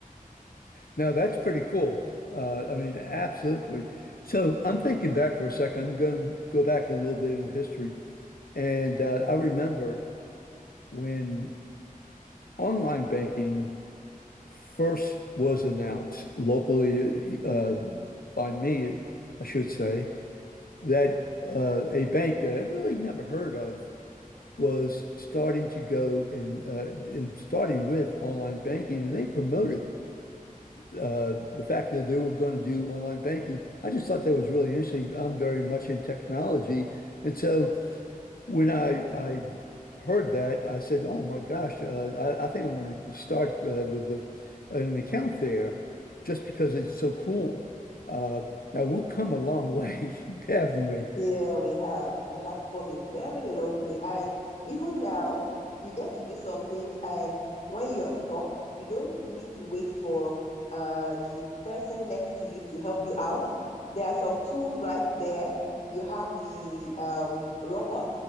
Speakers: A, on the left (about 80°); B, on the left (about 50°).
A: now that's pretty cool. Uh, I mean, absolutely. So, I'm thinking back for a second. I'm going to go back a little bit in history, and uh, I remember. when online banking first was announced locally uh, by me, I should say, that uh, a bank that I really never heard of was starting to go and, uh, and starting with online banking, and they promoted uh, the fact that they were going to do online banking. I just thought that was really interesting. I'm very much in technology, and so When I, I heard that, I said, "Oh my gosh, uh, I, I think I want to start uh, with a, an account there, just because it's so cool." Uh, now we've come a long way, <laughs> haven't we?
B: Yeah, we have. We have come a very long way. And even now, you get to do some things. And when you are stuck, you don't need to wait for uh, the person next to you to help you out. There are some tools right there. You have the um, robot